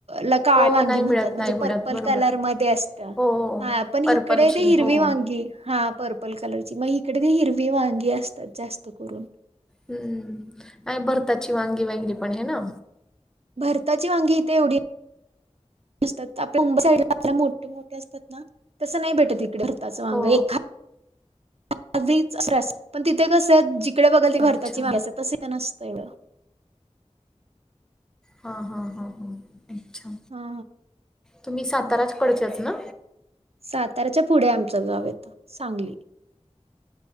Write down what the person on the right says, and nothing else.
ल काळी
वांगी
म्हणतात
म्हणजे
पर्पल
कलर मध्ये असत.
हा पण
हिकडे ते हिरवी
वांगी हा. पर्पल कलरची मग इकडे ते हिरवी वांगी असतात जास्त करून.
भरताची वांगी इथे एवढी नसतात आपल्या मुंबई साईड ला मोठे मोठे असतात ना तस नाही भेटत इथं. इथं भरताचं वांग
एखा <unintelligible> पण तिथे कस ची जिकडं बघल ती भारताची
माग तस तर नसतं येवड.
हा
हा
साताऱ्याच्या पुढे आमचं गाव येत सांगली.